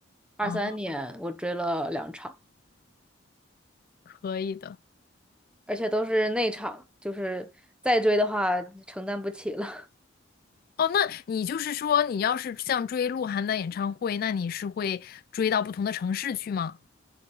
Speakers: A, in the centre; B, on the left (about 50°).
A: 二三年我追了两场，
B: 嗯，可以的。
A: 而且都是内场，就是再追的话承担不起了。
B: 哦，那你就是说，你要是像追鹿晗的演唱会，那你是会追到不同的城市去吗？